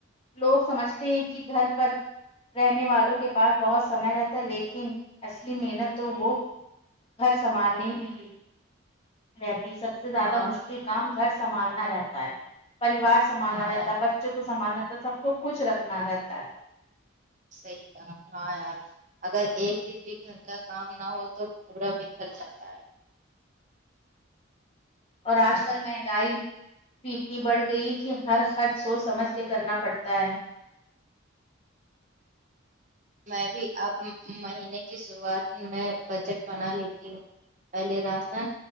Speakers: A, on the left; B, on the right.
A: لوگ سمجھتے ہیں کہ گھر پر رہنے والوں کے پاس بہت سمے رہتا تھا لیکن اصلی محنت تو وہ گھر سنبھالنے میں رہتی سب سے زیادہ
B: ہاں
A: مشکل کام گھر سنبھالنا رہتا ہے پریوار سنبھالنا
B: ہاں
A: رہتا
B: یار
A: ہے بچوں کو سامانا رہتا ہے سب کو کچھ رکھنا رہتا ہے
B: سحی کہا ہاں یار اگر ایک دن بھی گھر کا کام نہ ہو تو پورا دن نکل جاتا ہے
A: اور آج کل مہنگائی اتنی بڑھ گئی کہ ہر خرچ سوچ سمجھ کے کرنا پڑتا ہے
B: میں بھی اب مہینے کی شروعات میں بجٹ بنا لیتی ہوں پہلے راشن